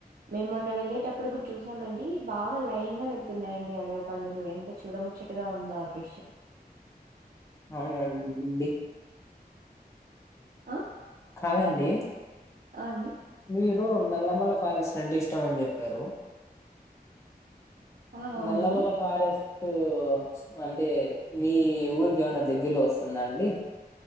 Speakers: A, on the right (about 70°); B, on the left (about 15°).
A: మేము మొన్న వెళ్లేేటప్పుడు కూడా చూసామండి బాగా లైన్ గా వెళ్తున్నాయండి అడవి పందులు ఎంత చూడ ము చ్చటగా ఉందో ఆ దృశ్యం
B: అవునండ్డి
A: ఆ
B: కాదండి
A: ఆ అండి
B: మీరు నల్లమల్ల ఫారెస్ట్ అంటే ఇష్టం అని చెప్పారు
A: ఆ! అవునండి.
B: నల్లమల్ల ఫారెస్ట్ అంటే మీ ఊరికి ఏమైనా దగ్గరలో వస్తుందా అండి